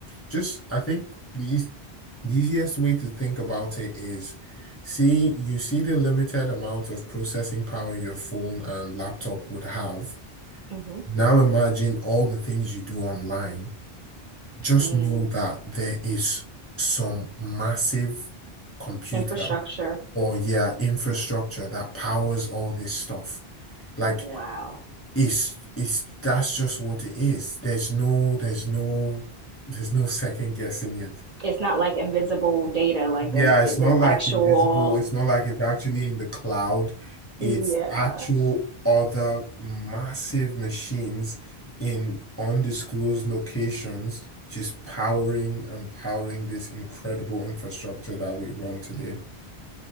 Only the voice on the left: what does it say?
Just I think the eas- the easiest way to think about it is See, you see the limited amount of processing power your phone and laptop would have.
Now imagine all the things you do online. Just
know that there is some massive computer
or yeah, infrastructure that powers all this stuff. Like
it's it's that's just what it is. There's no there's no there's no second guessing it.
Yeah,
it's
not like
invisible. It's not like it's actually in the cloud. It's
actual other massive machines in undisclosed locations just powering and powering this incredible infrastructure that we run today.